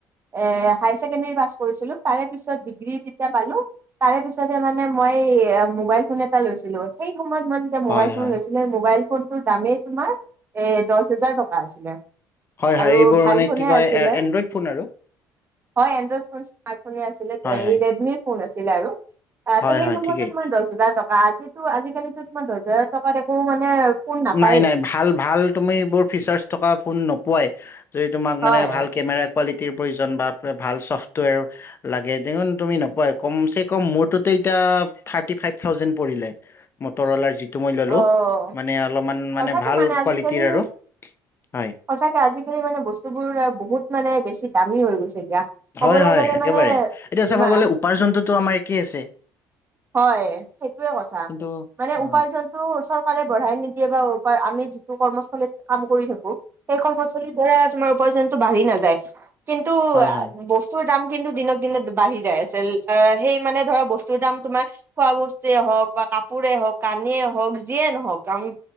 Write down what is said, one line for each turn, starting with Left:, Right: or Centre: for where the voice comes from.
Right: এ হায়াৰ ছেকেণ্ডেৰী পাছ কৰিছিলোঁ। তাৰে পিছত ডিগ্ৰী যেতিয়া পালো তাৰে পিছতহে মানে মই মোবাইল ফোন এটা লৈছিলো। সেই সময়ত মই- যে
Left: হয়,
Right: মোবাইল ফোন
Left: হয়,
Right: লৈছিলো, সেই মোবাইল ফোনটোৰ দামেই তোমাৰ এ দহ হেজাৰ টকা আছিলে।
Left: হয়-হয়
Right: আৰু
Left: এইবোৰ
Right: ভাল
Left: মানে
Right: ফোনে
Left: কি কয়
Right: আছিলে
Left: এনড্ৰইড ফোন আৰু।
Right: হয়, এনড্ৰইড ফোন স্মাৰ্টফোনে আছিলে।
Left: হয়, হয়,
Right: এই ৰেডমিৰ ফোন আছিলে আৰু তাৰতো
Left: হয়,
Right: সেই
Left: হয়
Right: সময়তো
Left: ঠিকেই
Right: তোমাৰ দহ হাজাৰ টকা। আজিতো আজিকালিতো তোমাৰ দহ হাজাৰ টকাত একো মানে ফোন নাপায়েই।
Left: নাই-নাই, ভাল-ভাল তুমি এইবোৰ ফিচাৰ্চ থকা ফোন নোপোৱাই। যদি তোমাক
Right: হয়।
Left: মানে ভাল কেমেৰা কোৱালিটিৰ প্ৰয়োজন বা ভাল ছফ্টৱেৰ লাগে, তেনেহলে তুমি নোপোৱাই। কমচে কম মোৰটোতে এতিয়া থাৰ্টি ফাইভ থাউজেণ্ড পৰিলে। মটৰৱালাৰ যিটো মই ল'লো।
Right: অ',
Left: মানে অলপমান
Right: সঁচাকে
Left: ভাল
Right: মানে আজিকালি
Left: কোৱালিটিৰ আৰু হয়
Right: সঁচাকে আজিকালি মানে, বস্তুবোৰ বহুত মানে বেছি দামী হৈ গৈছে এতিয়া। ক'বলৈ
Left: হয়-হয়
Right: গ'লে
Left: একেবাৰে,
Right: মানে
Left: এতিয়া
Right: যিমান
Left: চাব গ'লে উপাৰ্জনটোতো আমাৰ একেই আছে।
Right: হয়, সেইটোয়ে কথা।
Left: কিন্তু
Right: মানে
Left: অ
Right: উপাৰ্জন এইটো চৰকাৰে বঢ়াই নিদিয়ে বা আমি যিটো কৰ্মস্থলীত কাম কৰি থাকো সেই কৰ্মস্থলীত ধৰা তোমাৰ উপাৰ্জনতো বাঢ়ি নাযায়। কিন্তু
Left: হয় হয়
Right: বস্তু বস্তু দাম কিন্তু দিনক-দিনে বাঢ়ি যায় আছিল। অ, সেই মানে ধৰা বস্তুৰ দাম তোমাৰ খোৱা বস্তুয়ে হওক বা কাপোৰে হওক, কানিয়ে হওক। হওক, যিয়ে নহওঁক আমি